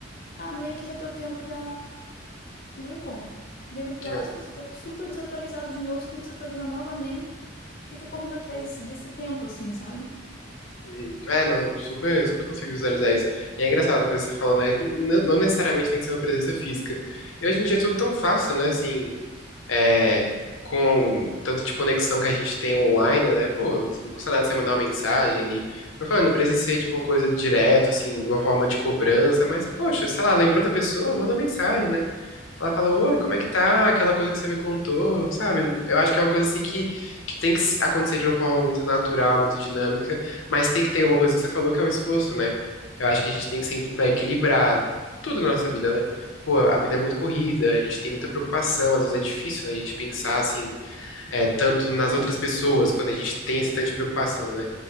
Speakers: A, on the left; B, on the left.
A: Ah, meio que já deu tempo da... do encontro. Daí no próximo
B: É.
A: você tá super desatualizado de novo, você tem que se atualizar novamente. Fica correndo atrás desse, desse tempo, assim, sabe?
B: Hum, É, não, super, super consigo visualizar isso. E é engraçado a coisa que você falou, né? que n- Não necessariamente tem que ser uma presença física. E hoje em dia é tudo tão fácil, né? Assim, é, com o tanto de conexão que a gente tem online, né? Pô, não custa nada você mandar uma mensagem ali. Como eu falei, não precisa ser, tipo, uma coisa direto, assim, de uma forma de cobrança, mas, poxa, sei lá, lembrou da pessoa, manda uma mensagem, né? Ela fala, oi, como é que tá? Aquela coisa que você me contou, sabe? Eu acho que é uma coisa assim que, que tem que acontecer de uma forma muito natural, muito dinâmica, mas tem que ter uma coisa que você falou que é o esforço, né? Eu acho que a gente tem que sempre tentar equilibrar tudo na nossa vida, né? Pô, a vida é muito corrida, a gente tem muita preocupação, às vezes é difícil, né, a gente pensar assim é, tanto nas outras pessoas, quando a gente tem essa tanta preocupação, né?